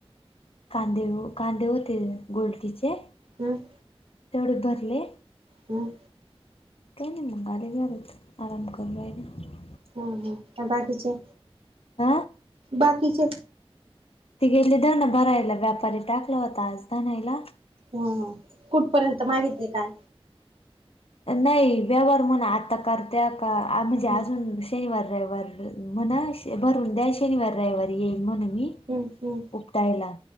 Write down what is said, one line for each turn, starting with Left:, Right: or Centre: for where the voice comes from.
Left: कांदे कांदे होते गोलतीचे.
Right: हम्म.
Left: तेवढ भरले
Right: हं
Left: काय नाय मंग आले घरी आराम करू राहिले.
Right: हा हा अनं बाकीचे
Left: आ
Right: बाकीचे
Left: ते गेले दळण भरायला व्यापारी टाकला होता आजत आणायला.
Right: हं हं कुठपर्यंत मागितली काय?
Left: नाही व्यवहार म्हणा आता करत्या का म्हणजे अजून
Right: हम्म
Left: शनिवार रयवार म्हणा भरून दयाय शनिवार रयवार येईन म्हणून मी
Right: हम्म हम्म
Left: उकटायला